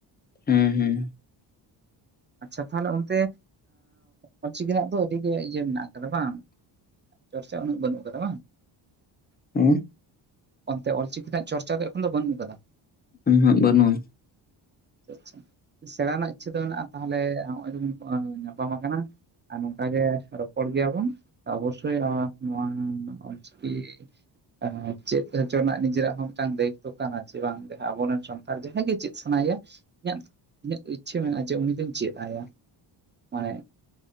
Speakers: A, on the left; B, on the right.
A: ᱦᱩᱸ ᱦᱩᱸ
B: <inaudible> ᱟᱪᱪᱷᱟ ᱛᱟᱦᱚᱸ ᱞᱮ ᱚᱱᱛᱮ ᱚᱞ ᱪᱤᱠᱤ ᱱᱟᱜ ᱫᱚ ᱟᱹᱰᱤᱜᱮ ᱤᱭᱟᱹ ᱢᱮᱱᱟᱜ ᱟᱠᱟᱫᱟ ᱵᱟᱝ ᱪᱚᱨᱪᱟ ᱩᱱᱟᱹᱜ ᱵᱟᱹᱱᱩᱜ ᱟᱠᱟᱫᱟ ᱵᱟᱝ
A: <unintelligible>
B: ᱚᱱᱛᱮ ᱚᱞ ᱪᱤᱠᱤ ᱱᱟᱜ ᱪᱚᱨᱪᱟ ᱫᱚ ᱮᱠᱷᱚᱱ ᱫᱚ ᱵᱟᱹᱱᱩᱜ ᱟᱠᱟᱫᱟ
A: ᱩᱸ ᱦᱩᱸᱜ ᱵᱟᱹᱱᱩᱜᱼᱟ
B: ᱟᱪᱪᱷᱟ ᱟᱪᱪᱷᱟ ᱥᱮᱬᱟ ᱨᱮᱱᱟᱜ ᱤᱪᱪᱷᱟᱹ ᱫᱚ ᱢᱮᱱᱟᱜᱼᱟ ᱛᱟᱦᱚᱞᱮ ᱱᱚᱜᱼᱚᱭᱵᱚᱱ ᱧᱟᱯᱟᱢ ᱟᱠᱟᱱᱟ ᱟᱨ ᱱᱚᱝᱠᱟᱟᱜᱮ ᱨᱚᱯᱚᱲ ᱜᱮᱭᱟᱵᱚᱱ ᱚᱵᱚᱥᱥᱳᱭ ᱱᱚᱣᱟ ᱚᱞᱪᱤᱠᱤ <unintelligible> ᱦ ᱪᱮᱫ ᱦᱚᱪᱚ ᱨᱮᱱᱟᱜ ᱱᱤᱡᱮᱨᱟᱜ ᱦᱚᱸ ᱢᱤᱫᱴᱟᱝ ᱫᱟᱭᱤᱛᱛᱚ ᱠᱟᱱᱟ ᱡᱮ ᱵᱟᱝ ᱟᱵᱚᱨᱮᱱ ᱥᱟᱱᱛᱟᱲ ᱡᱟᱦᱟᱸᱭ ᱜᱮ ᱪᱮᱫ ᱥᱟᱱᱟᱭᱮᱭᱟ ᱤᱧᱟᱹᱜ ᱤᱧᱟᱹᱜ ᱤᱪᱪᱷᱟᱹ ᱢᱮᱱᱟᱜᱼᱟ ᱡᱮ ᱩᱱᱤ ᱫᱚᱧ ᱪᱮᱫ ᱟᱭᱟ ᱢᱟᱱᱮ